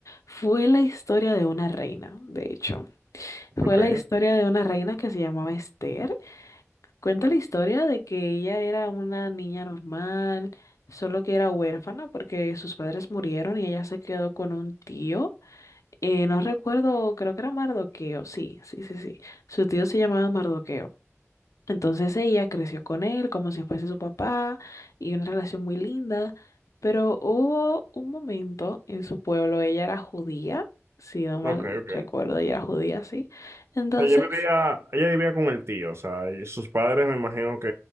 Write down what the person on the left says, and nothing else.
fue la historia de una reina, de hecho. Fue
la historia de una reina que se llamaba Esther. Cuenta la historia de que ella era una niña normal, solo que era huérfana porque sus padres murieron y ella se quedó con un tío. Eh, no recuerdo, creo que era Mardoqueo, sí, sí, sí, sí. Su tío se llamaba Mardoqueo. Entonces ella creció con él como si fuese su papá y una relación muy linda, pero hubo un momento en su pueblo, ella era judía, si no mal
recuerdo, ella era judía, sí. Entonces